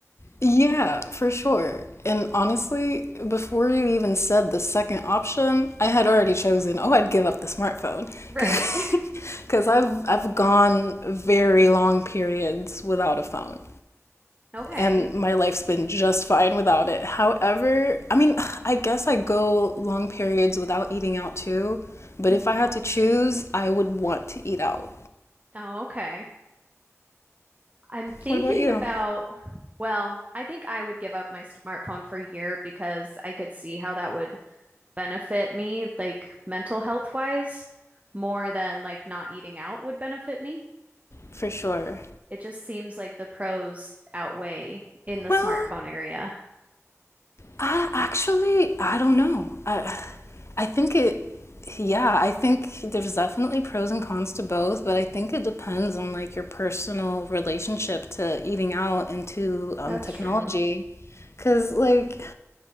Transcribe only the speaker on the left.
yeah, for sure. And honestly, before you even said the second option, I had already chosen, oh, I'd give up the smartphone.
<laughs>
Because I've, I've gone very long periods without a phone,
and my life's been just fine without it. However, I mean, I guess I go long periods without eating out too, but
if I had to choose, I would want to eat out.
What about you?
For sure.
Well,
I actually I don't know. I I think it yeah, I think there's definitely pros and cons to both, but I think it depends on like your personal relationship to eating out and to um,
technology.
Cause like